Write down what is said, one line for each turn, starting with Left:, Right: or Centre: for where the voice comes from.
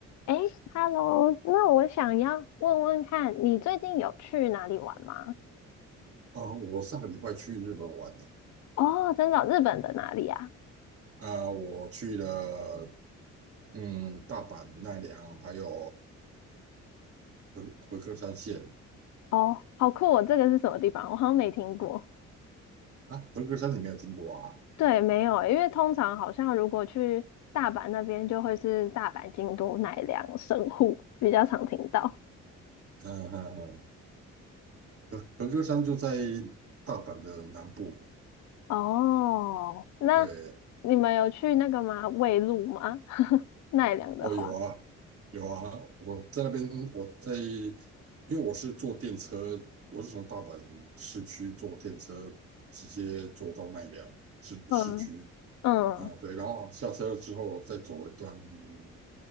Left: 哎 h e l l o 那我想要问问看，你最近有去哪里玩吗？
Right: 哦，我上个礼拜去日本玩呢，
Left: 哦，真的哦日本的哪里啊？
Right: 啊、我去了嗯大阪、奈良，还有和和歌山县
Left: 哦，好酷哦，这个是什么地方？我好像没听过。
Right: 啊，和歌山你没有听过啊？
Left: 对，没有欸因为通常好像如果去大阪那边，就会是大阪、京都、奈良、神户，比较常听到。
Right: 嗯嗯嗯，和和歌山就在大阪的南部，
Left: 哦，那
Right: 对，
Left: 你们有去那个吗？卫路吗？<laughs> 奈良的话，
Right: 哦有啊有啊，我在那边我在，因为我是坐电车，我是从大阪市区坐电车直接坐到奈良市市区。
Left: 嗯嗯，
Right: 啊，对，然后下车之后再走一段，嗯